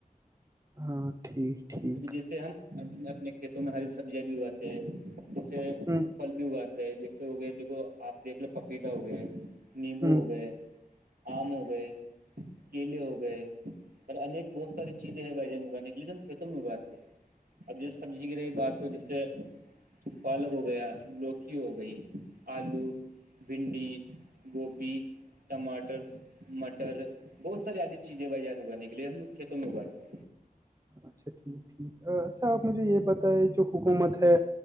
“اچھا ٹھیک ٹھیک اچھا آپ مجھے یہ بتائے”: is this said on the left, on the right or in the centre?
Right